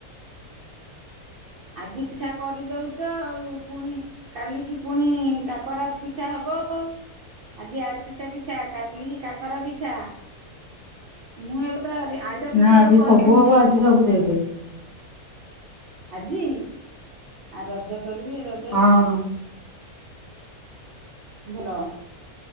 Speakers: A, on the right (about 70°); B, on the left (about 35°).
A: ଆଜି ପିଠା କରିଦଉଚ ଆଉ ପୁଣି କାଲିକି ପୁଣି କାକରା ପିଠା ହବ ଆଜି ଆରିଷା ପିଠା କାଲିକି କାକର ପିଠା। ମୁଁ ଏବର୍ଷ ଆ ଆରିଷା ପିଠା
B: ନା ଆଜି
A: ଆଉ କରିପାରିବି
B: ସବୁ ହବ
A: ନାହିଁ।
B: ଆଜି ସବୁ ଦେଇଦେବେ।
A: ଆଜି ଆ ରଜ କରିବେ ର
B: ହଁ।
A: ଭଲ।